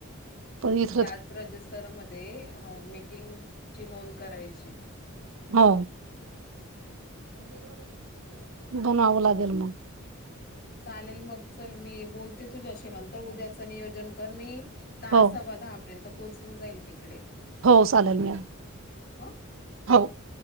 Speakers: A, on the right (about 65°); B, on the left (about 50°).
A: पण इथलं
B: त्याच रजिस्टरमध्ये हे मीटिंगची नोंद करायची
A: हो बनवं लागेल मग
B: चालेल मग चल मी बोलते तुझ्याशी नंतर, उद्याचं नियोजन कर मी दहा
A: हो
B: सव्वा दहा पर्यंत पोहोचून जाईल तिकडे,
A: हो चालेल मॅम
B: हा?
A: हो